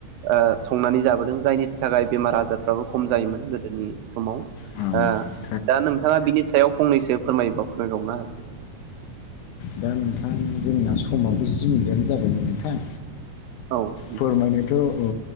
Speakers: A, on the right; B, on the left.
A: ओ संनानै जाबोदों जायनि थाखाय बेमार आजारफ्राबो खम जायोमोन गोदोनि समाव।
B: औ।
A: ओ दा नोंथाङा बिनि सायाव फंनैसो फोरमायोबा फोरमायबावनो हासिगोन।
B: दा नोंथां जोंना समाबो जि मिनिटानो जाबाय नोंथां।
A: औ नोंथां
B: फोरमायनोथ' औ